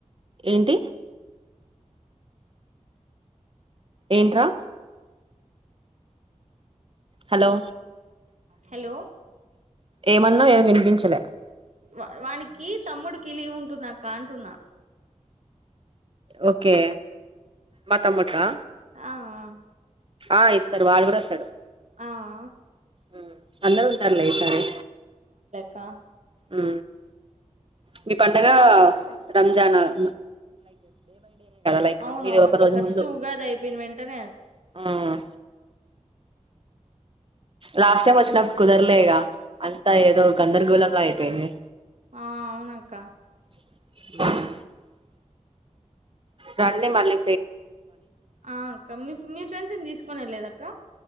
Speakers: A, on the right; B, on the right.
A: ఏంటి ఏంట్రా హలో
B: హలో
A: ఏమన్నావ్ ఏమీ వినిపించలా
B: వా వానికి తమ్ముడికి లీవ్ ఉంటుందా అక్క అంటున్నా
A: ఓకే మా తమ్ముడికా
B: ఆ ఆ
A: ఆ ఇస్తారు వాడు కూడా వస్తాడు
B: ఆ ఆ
A: ఉ అందరూ ఉంటారులే ఈ సారి
B: కా
A: ఉ మీ పండగా రంజానవ్ లైక్
B: అవునవునక్క
A: మీది ఒక రోజు
B: ఫస్ట్
A: ముందు
B: ఉగాది అయిపోయిన వెంటనే అద్
A: మ్ లాస్ట్ టైం వచ్చినప్ కుదరలేగా అంతా ఏదో గందరగోళంలా అయిపోయింది
B: ఆ అవునాక్క
A: <inaudible> రండి మళ్లి
B: ఆ అక్క మీ మీ ఫ్రెండ్స్నీ తీస్క్ పోనే లేదక్కా